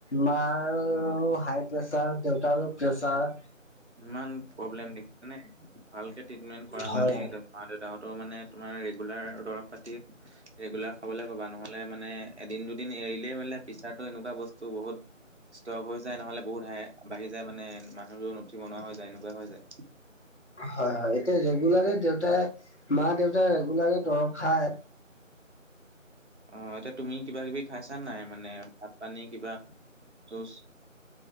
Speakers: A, on the left; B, on the right.
A: মাৰো
B: অ।
A: হাই প্ৰেছাৰ, দেউতাৰো প্ৰেচাৰ।
B: ইমান প্ৰব্লেম দেখি মানে ভালকে ট্ৰিটমেন্ট কৰাবা
A: হয়
B: দেই
A: হয়
B: মা দেউতাহতো মানে তোমাৰ ৰেগুলাৰ দৰৱ পাতি ৰেগুলাৰ খাবলে ক'বা নহ'লে মানে এদিন দুদিন এৰিলেই বোলে পেচাৰটো এনেকুৱা বস্তু বহুত ষ্টক হৈ যায়, নহ'লে বহুত হাই বাঢ়ি যায় মানে মানুহজন উঠিব নোৱাৰা হৈ যায় এনেকুৱা হৈ যায়।
A: হয়-হয়, এতিয়া ৰেগুলাৰ দেউতাই মা দেউতাই ৰেগুলাৰে দৰৱ খায়
B: অ', এতিয়া তুমি কিবা কিবি খাইছানে নাই মানে ভাত পানী কিবা জোছ।